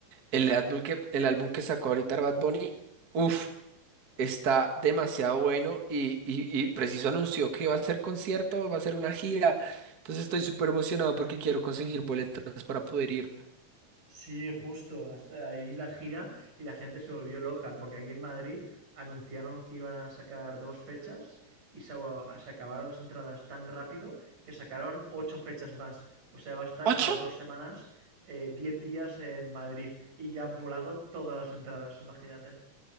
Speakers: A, on the right (about 40°); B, on the right (about 65°).
A: el álbum que, el álbum que sacó ahorita Bad Bunny, uff, Está demasiado bueno y, y, y preciso anunció que va a ser concierto, va a ser una gira. Entonces estoy súper emocionado porque quiero conseguir boletas para poder ir.
B: Sí, justo, hasta ahí la gira y la gente se volvió loca, porque aquí en Madrid anunciaron que iban a sacar dos fechas y se, se acabaron las entradas tan rápido que sacaron ocho fechas más. O sea, va a estar
A: ¿Ocho?
B: como dos semanas, eh, diez días en Madrid y ya han volado todas las entradas, imagínate.